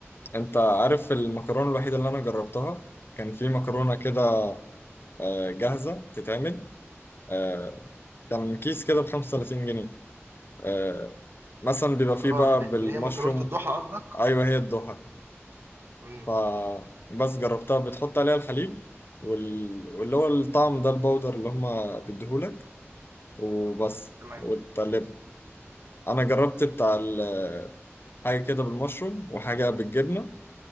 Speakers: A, on the left; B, on the right.
A: انت عارف المكرونة الوحيدة اللي انا جربتها كان في مكرونة كده آه، جاهزة تتعمل آه، كان كيس كده ب 35 جنيه آه، مثلا بيبقى فيه
B: آه
A: بقى
B: ال
A: بالمشروم
B: اللي هي مكرونة الضحى قصدك؟
A: ايوه هي الضحى
B: إمم،
A: فبس جربتها بتحط عليها الحليب وال... واللي هو الطعم ده البودر اللي هما بيديهولك وبس
B: تمام.
A: وتقلبها انا جربت بتاع ال- حاجه كده بالمشروم وحاجه بالجبنه